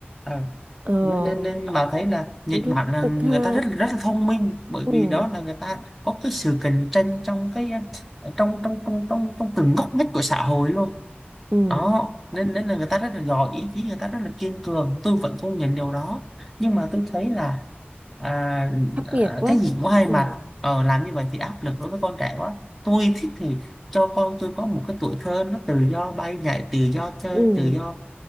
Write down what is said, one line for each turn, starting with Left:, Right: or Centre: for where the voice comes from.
Centre: Ờ,
Right: ờ
Centre: nên, nên nên bà thấy là Nhật
Right: rút
Centre: Bản là
Right: cực
Centre: người
Right: ha
Centre: ta rất rất là thông minh bởi
Right: ừ
Centre: vì đó là người ta có cái sự cạnh tranh trong cái ờ, trong trong trong trong trong từng ngóc ngách của xã hội luôn
Right: ừ
Centre: đó nên nên là người ta rất là giỏi ý chí người ta rất là kiên cường tôi vẫn công nhận điều đó nhưng mà tôi thấy là à,
Right: khắc
Centre: à,
Right: nghiệt quá
Centre: cái gì cũng có hai
Right: ừ
Centre: mặt ờ, làm như vậy thì áp lực đối với con trẻ quá tôi thích thì cho con tôi có một cái tuổi thơ nó tự do bay nhảy tự do chơi
Right: ừ
Centre: tự do